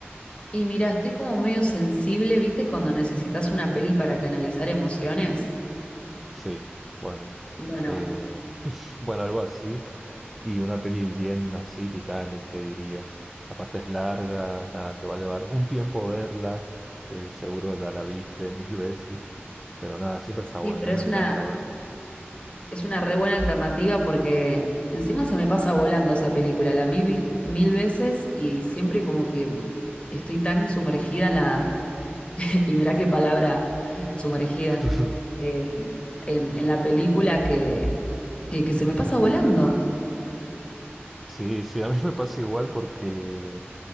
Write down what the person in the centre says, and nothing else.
Sí, bueno,
eh, bueno, algo así. Y una peli bien así, Titanic, te diría. Aparte es larga, nada, te va a llevar un tiempo verla. eh, seguro ya la viste mil veces, pero nada, siempre
está buena.
A mí
me encanta
verla.
<laughs>
Sí, sí, a mí me pasa igual porque,